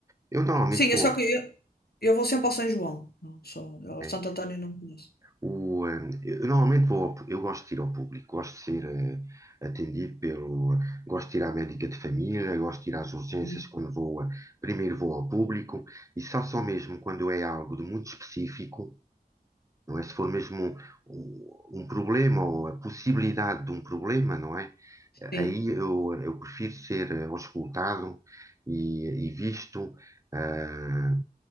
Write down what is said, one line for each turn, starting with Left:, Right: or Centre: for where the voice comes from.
Right: Eu normalmente
Left: Sim,
Right: vou.
Left: é só que eu, eu vou sempre ao São João, não só, eu ao
Right: eh,
Left: Santo António não conheço.
Right: o, eh, eu normalmente vou, ao pu- eu gosto de ir ao público, gosto de ser eh, atendido pelo, gosto de ir à médica de família, gosto de ir às urgências
Left: Uhum.
Right: quando vou, a- primeiro vou ao público e só só mesmo quando é algo de muito específico Não é? Se for mesmo um, um problema ou a possibilidade de um problema, não é?
Left: Sim,
Right: Aí eu, eu prefiro ser eh, auscultado e, e visto ah,